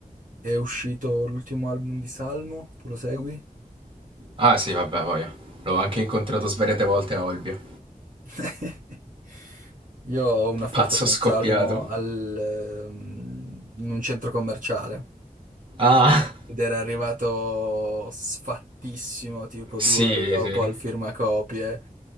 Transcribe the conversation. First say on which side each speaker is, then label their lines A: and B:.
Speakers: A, on the right; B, on the right.
A: è uscito l'ultimo album di Salmo, tu lo segui?
B: Ah sì, vabbè, voglio. L'ho anche incontrato svariate volte a Olbia.
A: <laughs> Io ho una foto
B: Pazzo
A: con
B: scoppiato.
A: Salmo al, ehm, in un centro commerciale
B: Ah,
A: eh, ed era arrivato sfattissimo, tipo
B: Sì,
A: due ore dopo
B: sì.
A: al firmacopie,